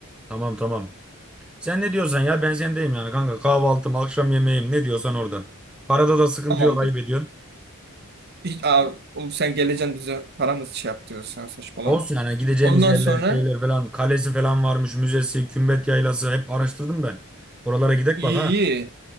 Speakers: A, in the centre; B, on the right.
A: Tamam tamam. Sen ne diyorsan ya ben sendeyim yani kanka. Kahvaltım, akşam yemeğim ne diyorsan oradan. Parada da sıkıntı
B: Tamamdır.
A: yok kaybediyorsun.
B: Hiç, aa, oğlum sen geleceksin bize paramız şey yaptırırsan saçmalama.
A: Olsun yani gideceğimiz
B: Ondan
A: yerler,
B: sonra
A: şeyler falan, kalesi falan varmış, müzesi, Kümbet Yaylası hep araştırdım ben. Oralara gidek
B: iyi
A: bak ha.
B: iyi.